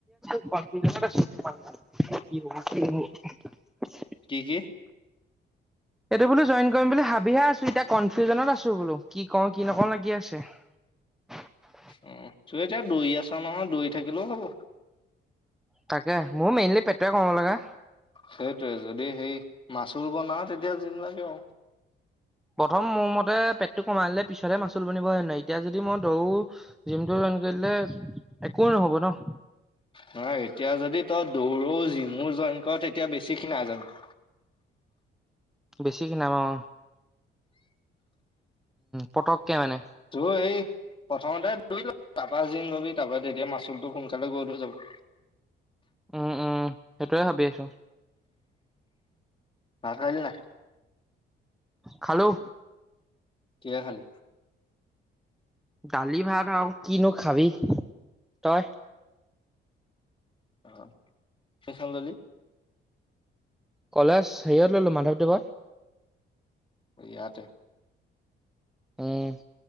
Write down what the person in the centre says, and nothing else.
<unintelligible> অত আছোঁ কোৱা <unintelligible>
এইটো বোলো জইন কৰিম বুলি ভাবিহে আছো এতিয়া কনফিউজনত আছো বোলো, কি কওঁ কি নকওঁ লাগি আছে। <inaudible>
তাকে মইও মেইনলি পেটু কমাব লাগে।
প্ৰথম মোৰ মতে পেটটো কমালিলে পিছতহে মাচুল বনিব হে নহয় এতিয়া যদি মই দৌ জিমটো লে একো নহব টোন।
বেছি খিনাম অ, পটককে মানে।
উম - উম সেইটয়ে ভাবি আছো।
খালো।
দালি ভাত, আৰু কিনো খাবি তই?
কলেজ হেৰিয়ত ললো মাধৱদেৱত।
উম,